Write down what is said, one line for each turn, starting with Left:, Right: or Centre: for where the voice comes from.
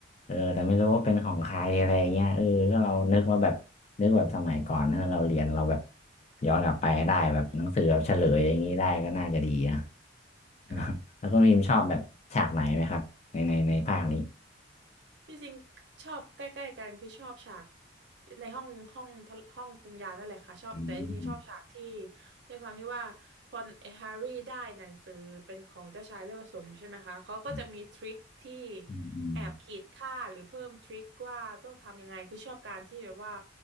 Left: เออแต่ไม่รู้ว่าเป็นของใครอะไรเงี้ยเออก็เรานึกว่าแบบนึกแบบสมัยก่อนถ้าเราเรียนเราแบบย้อนกลับไปได้แบบหนังสือแบบเฉลยอย่างนี้ได้ก็น่าจะดีนะ
Right: ค่ะ
Left: <laughs> แล้วคุณพิมพ์ชอบแบบฉากไหนไหมครับในในในภาคนี้
Right: ที่จริงชอบใกล้ๆกันคือชอบฉากในห้องห้องห้องปรุงยานั่นแหละค่ะชอบแต่จริงๆชอบฉากที่
Left: อืม
Right: ด้วยความที่ว่าพอแฮร์รี่ได้หนังสือเป็นของเจ้าชายเลือดผสมใช่ไหมคะเขาก็จะมีทริคที่
Left: อืมอืม
Right: แอบขีดค่าหรือเพิ่มทริคว่าต้องทำยังไงคือชอบการที่แบบว่า